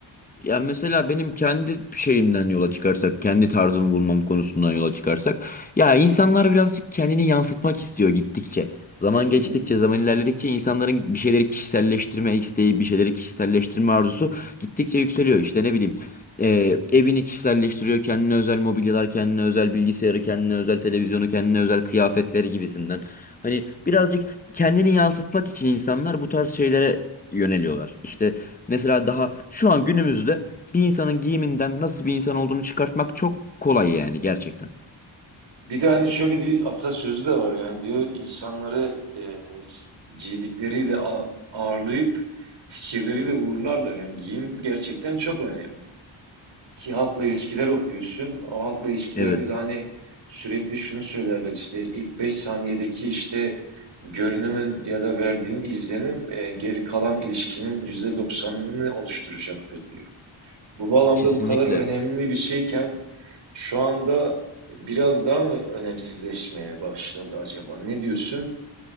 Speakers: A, on the left; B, on the right.
A: Ya mesela benim kendi şeyimden yola çıkarsak, kendi tarzımı bulmam konusundan yola çıkarsak, ya insanlar birazcık kendini yansıtmak istiyor gittikçe. Zaman
B: Hı
A: geçtikçe,
B: hı.
A: zaman ilerledikçe insanların bir şeyleri kişiselleştirme isteği, bir şeyleri kişiselleştirme arzusu gittikçe yükseliyor. İşte ne bileyim, e, evini kişiselleştiriyor, kendine özel mobilyalar, kendine özel bilgisayarı, kendine özel televizyonu, kendine özel kıyafetleri gibisinden. Hani birazcık kendini yansıtmak için insanlar bu tarz şeylere yöneliyorlar. İşte Mesela daha şu an günümüzde bir insanın giyiminden nasıl bir insan olduğunu çıkartmak çok kolay yani gerçekten.
B: Bir de hani şöyle bir atasözü de var yani diyor insanları e, s- giydikleriyle a- ağırlayıp fikirleriyle uğurlarlar. Yani giyim gerçekten çok önemli. Ki halkla ilişkiler okuyorsun. O halkla ilişkilerde
A: Evet.
B: de hani sürekli şunu söylerler işte ilk 5 saniyedeki işte görünümün ya da verdiğin izlenim e, geri kalan ilişkinin yüzde doksanını oluşturacaktır diyor. Bu bağlamda
A: Kesinlikle.
B: bu kadar önemli bir şeyken şu anda biraz daha mı önemsizleşmeye başladı acaba? Ne diyorsun?